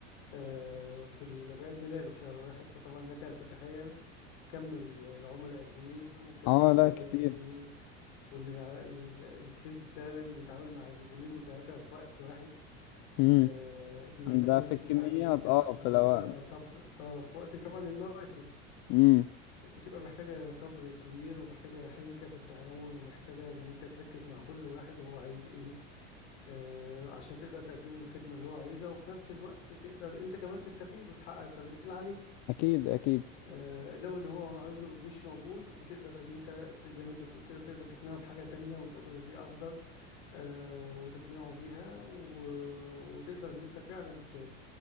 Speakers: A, on the left (about 70°); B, on the left (about 55°).
A: آه، في ال- في عيد ميلاده في شهر واحد فطبعا لك ان تتخيل كم ال- العملاء قد ايه وكم
B: اه
A: الزباين
B: لا كتير
A: قد ايه وان الع- ال- السيلز ده لازم يتعامل مع زبونين وثلاثة في وقت واحد
B: امم
A: آه، دي محتاجة
B: ده
A: تركيز
B: في الكميات
A: عالي جدا
B: اه في
A: ومحتاجة
B: الاوقات
A: آه، صبر اه في وقت طبعا المواسم
B: امم
A: بتبقى محتاجة صبر كبير ومحتاجة حنكة في التعامل ومحتاجة ان انت تركز مع كل واحد وهو عايز ايه آه عشان تقدر تقدم له الخدمة اللي هو عايزها وفي نفس الوقت تقدر انت كمان تستفيد وتحقق التارجت اللي عليك
B: اكيد اكيد
A: آه، لو اللي هو عاوزه مش موجود بتقدر ان انت ت- زي ما انت بتقول كده بتقدر تقنعه بحاجة تانية وتقول له ده دي افضل آه، وتقنعه بيها و... وتقدر ان انت فعلا ت...